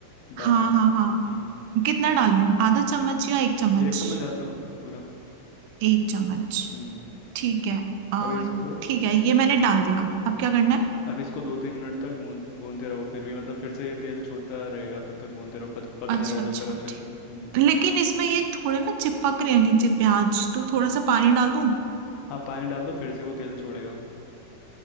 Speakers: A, on the left (about 40°); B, on the right (about 45°).
A: डाल
B: हाँ
A: दो
B: हाँ हाँ
A: हम्म
B: कितना डालूं आधा चम्मच या एक चम्मच
A: एक चम्मच डाल दो पूरा
B: एक चम्मच
A: हम्म
B: ठीक है आ,
A: अभी इसको
B: ठीक है ये मैंने डाल दिया
A: हाँ
B: अब क्या करना है
A: अब इसको दो तीन मिनट तक भून भूनते रहो फिर भी मतलब फिर से ये तेल छोड़ता रहेगा तब तक भूनते रहो पक पक
B: अच्छा
A: ना जाए जब
B: अच्छा
A: तक अच्छे
B: ठीक
A: से हम्म
B: लेकिन इसमें ये थोड़े ना चिपक रहे हैं नीचे प्याज तो थोड़ा सा पानी डाल दूं
A: हाँ पानी डाल दो फिर से वो तेल छोड़ेगा